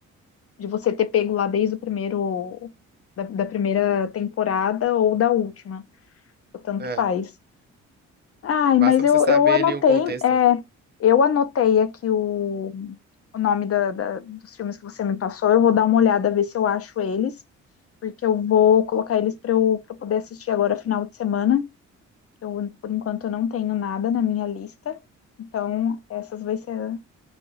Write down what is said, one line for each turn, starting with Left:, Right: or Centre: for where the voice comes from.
Left: de você ter pego lá desde o primeiro, da, da primeira temporada ou da última, o tanto
Right: é,
Left: faz. Ai,
Right: basta
Left: mas
Right: você
Left: eu,
Right: saber
Left: eu anotei,
Right: ali um contexto.
Left: é, eu anotei aqui o, o nome da- da- dos filmes que você me passou. Eu vou dar uma olhada, ver se eu acho eles, porque eu vou colocar eles para eu, pra eu poder assistir agora final de semana. que Eu, por enquanto, eu não tenho nada na minha lista. Então, essas vai ser,